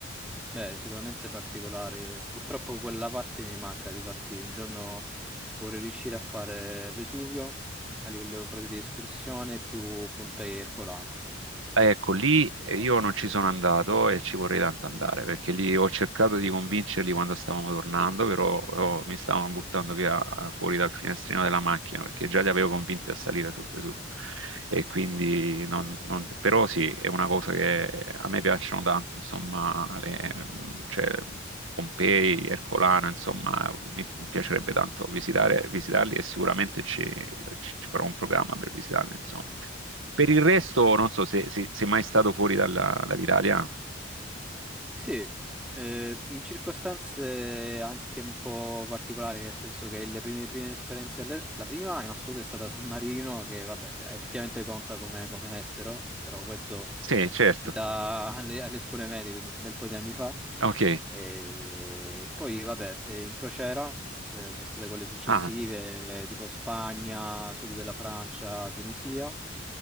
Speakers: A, in the centre; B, on the right.
A: Beh, sicuramente particolare. Purtroppo quella parte mi manca, difatti un giorno vorrei riuscire a fare Vesuvio a livello proprio di escursione più Pompei e Ercolano.
B: Ecco, lì eh,
A: È una
B: io
A: bella-
B: non ci sono andato e ci vorrei tanto andare,
A: Mm.
B: perché lì ho cercato di convincerli quando stavamo tornando, però oh, mi stavano buttando via eh, fuori dal finestrino
A: <laughs>
B: della macchina, perché già li avevo convinti a salire sul Vesuvio. E quindi, non- non- però sì, è una cosa che a me piacciono tanto, insomma, le, mm, cioè, Pompei, Ercolano, insomma, mi, mi piacerebbe tanto visitare, visitarli e sicuramente ci, ci farò un programma per visitarli, insomma. Per
A: No,
B: il
A: no,
B: resto,
A: ci sta.
B: non so se se- sei mai stato fuori dalla- dall'Italia.
A: Sì, eh, in circostanze anche un po' particolari, nel senso che le prime, prime esperienze, alle- la prima in assoluto è stata San Marino, che vabbè, effettivamente conta come, come estero, però questo
B: Sì, certo.
A: in gita alle, alle scuole medie, quindi un bel po' di anni fa.
B: Ok.
A: E poi vabbè, eh, in crociera, eh, sono state quelle successive,
B: Ah,
A: eh, tipo Spagna, sud della Francia, Tunisia.